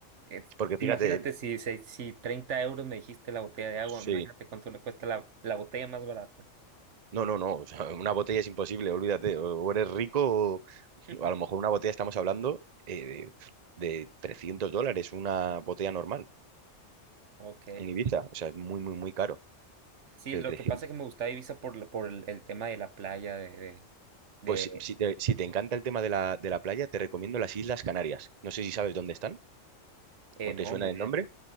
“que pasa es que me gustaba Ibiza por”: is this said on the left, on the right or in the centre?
Right